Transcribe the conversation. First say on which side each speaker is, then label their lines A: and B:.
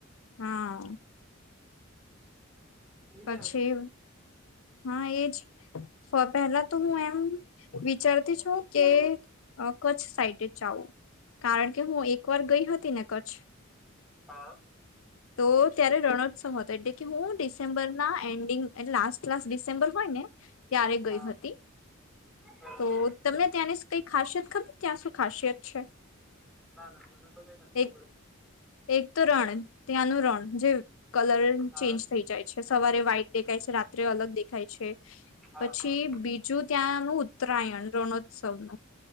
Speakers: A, on the left (about 75°); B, in the centre.
A: હા
B: જોઈએ
A: પછી
B: હવે
A: હા એજ પેલા તો હું એમ વિચારતી જ છુ કે
B: હા
A: કચ્છ સાઈડ જાવું કારણ કે હું એક વાર ગઈ હતી ને કચ્છ
B: હા
A: તો ત્યારે રણોત્સવ હતો એટલે કે હું ડિસેમ્બર ના એન્ડિંગ એ લાસ્ટ લાસ્ટ ડિસેમ્બર હોય ને ત્યારે ગઈ
B: હા
A: હતી
B: બરાબર
A: તો તમને ત્યાંની કઈ ખાસિયત ખબર ત્યાં શું ખાસિયત છે
B: ના ના મને તો કઈ નથી ખબર
A: એક
B: છે
A: એક રણ ત્યાંનું રણ જે કલર
B: હા
A: ચેન્જ થઈ જાય છે સવારે વ્હાઈટ દેખાય છે રાત્રે અલગ દેખાય છે
B: હા
A: પછી
B: હા
A: બીજું ત્યાંનું ઉત્તરાયણ રણોત્સવ નુ